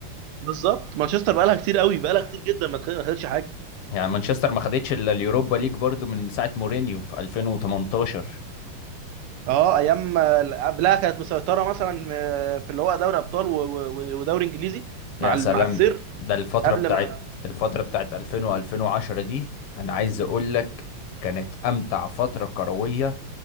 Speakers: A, on the right; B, on the left.
A: بالظبط مانشستر بقالها كتير قوي بقالها كتير جدا ما خد- ما خدتش حاجه
B: يعني مانشستر ما خدتش الا اليوروبا ليج برضو من ساعه مورينيو في 2018
A: اه ايام آه، قبلها كانت مسيطره مثلا آه، في اللي هو دوري ابطال و- و- و- ودوري انجليزي
B: يا
A: مع ال-
B: سلام
A: مع السير
B: ده الفتره
A: قبل
B: بتاعت
A: ما
B: الفتره بتاعت 2000 و2010 دي انا عايز اقول لك كانت امتع فتره كرويه